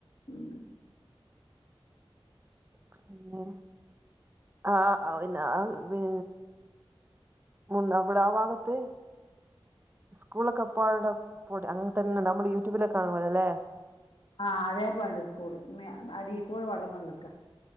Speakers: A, on the left (about 70°); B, on the right (about 25°).
A: ഉം
B: പിന്നെ ആഹ് പിന്നെ അത് ബി. മുണ്ടക്കൽ അവിടെ ആഹ് ഭാഗത്ത്. സ്കൂളൊക്കെ അപ്പാടെ അങ്ങനെ തന്നെ നമ്മള് യൂട്യൂബിലൊക്കെ കാണുന്നപോലെ അല്ലേ.
A: ആഹ് അതേപോലെ ഉണ്ട് സ്കൂൾ മേ അടിക്കൂടെ വെള്ളം വന്ന് നിക്കാ.